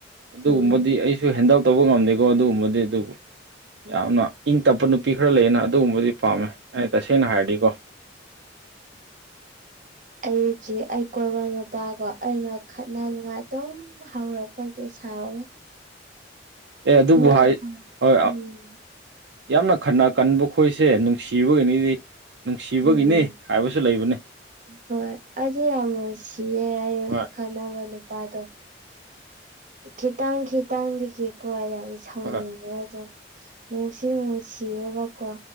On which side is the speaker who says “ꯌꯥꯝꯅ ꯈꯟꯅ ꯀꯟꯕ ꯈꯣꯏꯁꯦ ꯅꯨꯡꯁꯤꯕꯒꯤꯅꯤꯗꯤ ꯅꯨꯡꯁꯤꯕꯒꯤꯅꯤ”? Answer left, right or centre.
Right